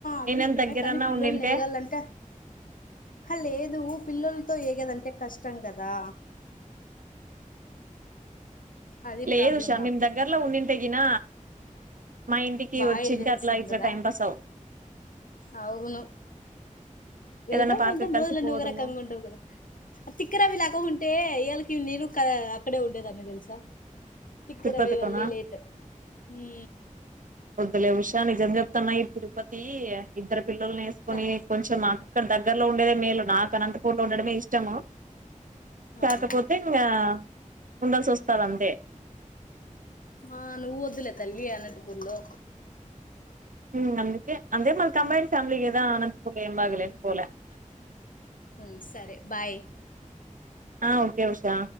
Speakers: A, on the left; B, on the right.
A: అదృష్టమే
B: నేనేం దగ్గరన్నా
A: కానీ పిల్లలని
B: ఉండింటే
A: నేగాలంటే అహ లేదు పిల్లలతో ఏగదంటే కష్టం కదా అది
B: లేదుషా
A: ప్రాబ్లం
B: మేము
A: నాకు
B: దగ్గరలో ఉన్నింతగిన మా ఇంటికి
A: బాగా
B: వచ్చింటే
A: ఎంజాయ్ చేస్తాం
B: అట్లా ఇట్లా
A: కదా
B: టైం పాస్ అవు
A: అవును వెళ్దాం
B: ఏదన్నా పార్క్
A: అంతం
B: కలిసి
A: రోజుల అన్ని
B: పోదుము
A: ఒకరకంగ ఉండవు కదా తిక్కరవి లాగా ఉంటే ఇళ్ళకి నేను క అక్కడే ఉండేదాన్ని తెలుసా తిక్క
B: తిరుపతిలోనా
A: రవి వల్లే లేట్ ఊ
B: వొద్దులే ఉషా నిజం చెప్తున్న ఈ తిరుపతి ఇద్దరు పిల్లల్ని వేసుకొని
A: త-
B: కొంచెం మా అక్కడ దగ్గరలో ఉండేదే మేలు నాకు అనంతపూర్ లో ఉండడమే ఇష్టము కాకపోతే
A: అవునా
B: ఇంకా ఉండాల్సి వస్తాది అంతే
A: ఆ నువ్వు వద్దులే తల్లి అనంతపూర్ లో
B: ఊమ్ అందుకే అదే మల కంబైన్ ఫ్యామిలీ కదా అనంతపుర్ లో ఎం బాగాలే పోలే
A: ఉ సరే బాయ్
B: ఆ ఓకే ఉషా